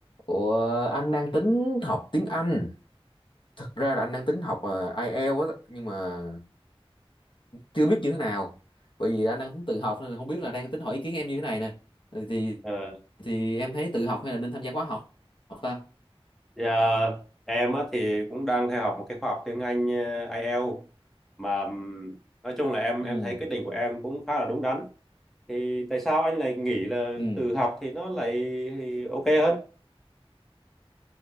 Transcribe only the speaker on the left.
Ủa, anh đang tính học tiếng Anh. Thật ra là anh đang tính học uh, IELTS á, nhưng mà chưa biết như thế nào. Bởi vì anh đang tính tự học nên không biết là đang tính hỏi ý kiến em như thế này nè. Thì
thì em thấy tự học hay là nên tham gia khóa học học ta?
Ừ,
ừ.